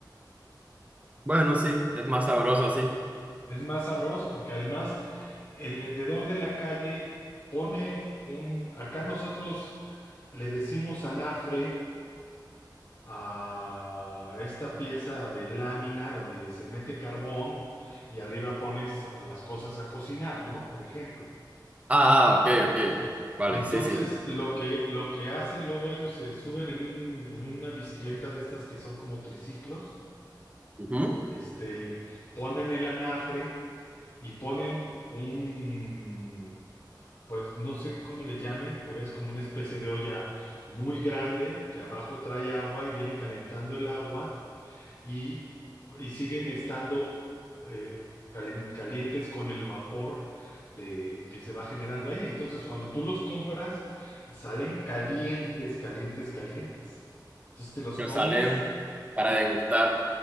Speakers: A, on the right (about 20°); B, on the left (about 50°).
A: Bueno, sí, es más sabroso así.
B: Es más sabroso porque además el vendedor de la calle pone un... Acá nosotros le decimos anafre a esta pieza de lámina donde se mete carbón y arriba pones a las cosas a cocinar, ¿no? Por ejemplo.
A: Ah, ah, ok, ok. Vale,
B: Entonces,
A: sí, sí.
B: lo que, lo que hacen luego ellos se suben en un, en una bicicleta de estas que son como triciclos,
A: Ujú.
B: este, ponen el anafre y ponen un pues no sé cómo le llamen, pero es como una especie de olla muy grande que abajo trae agua y viene calentando el agua y, y siguen estando eh, calen- calientes con el vapor de, que se va generando ahí. Entonces, cuando tú los compras, salen calientes, calientes, calientes. Entonces, te los
A: Que
B: comes,
A: salen para degustar.